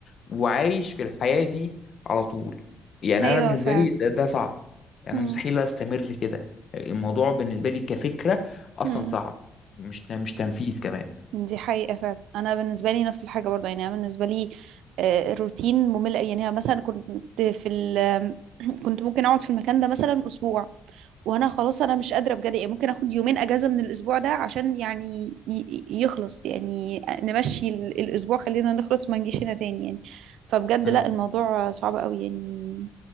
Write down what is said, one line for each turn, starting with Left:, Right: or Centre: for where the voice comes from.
Left: وعايش في الحياة دي على طول يعني
Right: ايوه
Left: انا بالنسبة
Right: فعلا
Left: لي ده, ده صعب يعني
Right: مم.
Left: مستحيل استمر كده الموضوع بالنسبة لي كفكرة اصلا
Right: مم.
Left: صعب مش مش تنفيذ كمان
Right: دي حقيقه فعلا انا بالنسبه لي نفس الحاجه برضه يعني انا بالنسبه لي آه، الروتين ممل أوي. يعني أنا مثلا كنت في ال <clears throat> كنت ممكن اقعد في المكان ده مثلا اسبوع وانا خلاص انا مش قادره بجد يعني ممكن اخد يومين اجازه من الاسبوع ده عشان يعني ي- ي- يخلص يعني نمشي ال- الاسبوع خلينا نخلص ما نجيش هنا تاني يعني فبجد
Left: مم.
Right: لا الموضوع صعب قوي يعني